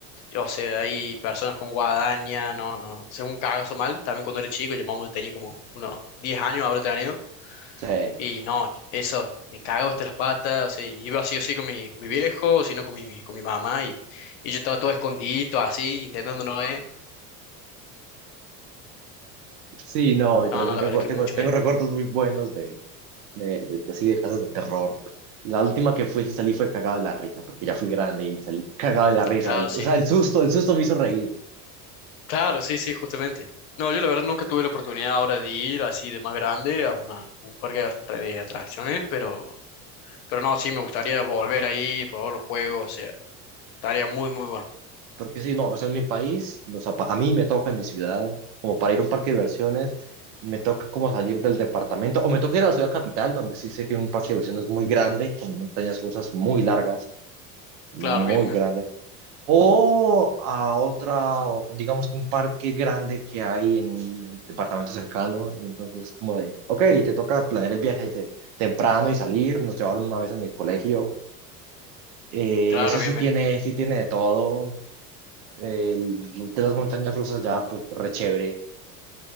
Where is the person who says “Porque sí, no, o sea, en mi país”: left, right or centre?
Right